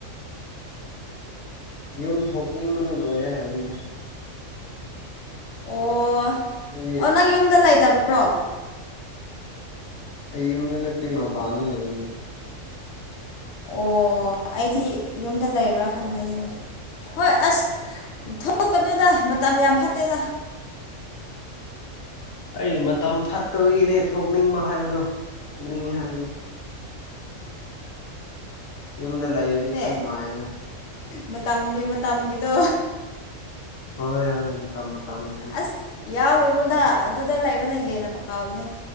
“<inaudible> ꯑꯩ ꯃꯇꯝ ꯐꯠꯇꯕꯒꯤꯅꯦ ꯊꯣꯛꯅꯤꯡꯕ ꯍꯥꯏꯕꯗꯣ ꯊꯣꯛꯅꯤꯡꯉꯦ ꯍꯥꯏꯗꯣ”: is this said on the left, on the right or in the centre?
Left